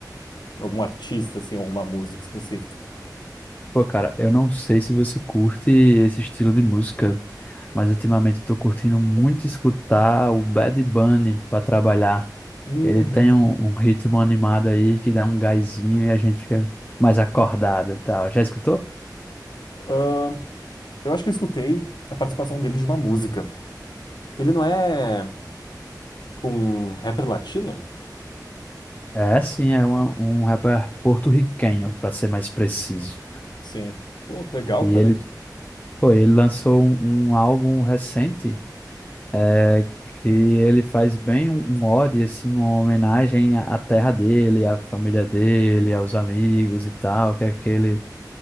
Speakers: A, on the left; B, on the left.
A: Algum artista, assim, alguma música específica?
B: pô, cara, eu não sei se você curte esse estilo de música, mas ultimamente eu tô curtindo muito escutar o Bad Bunny pra trabalhar.
A: Uhum.
B: Ele tem um, um ritmo animado aí que dá um gásinho e a gente fica mais acordado e tal. Já escutou?
A: Ahn, eu acho que eu escutei a participação dele de uma música. Ele não é um rapper latino?
B: É, sim, é uma- um rapper porto-riquenho, pra ser mais preciso.
A: Sim. Pô, que legal,
B: E
A: cara.
B: ele, pô, ele lançou um, um álbum recente é, que ele faz bem um, um ode, assim, uma homenagem à à terra dele, à família dele, aos amigos e tal, que é aquele,